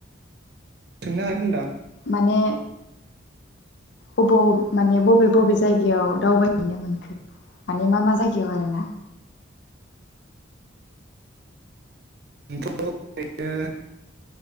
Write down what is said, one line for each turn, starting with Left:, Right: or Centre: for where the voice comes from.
Right: सोंनो हागोन होनदा।
Left: माने। बब माने बबे बबे जायगायाव दावबायहैनो मोनखो? माने मा मा जायगायाव आरोना।
Right: आंथ ओरैनो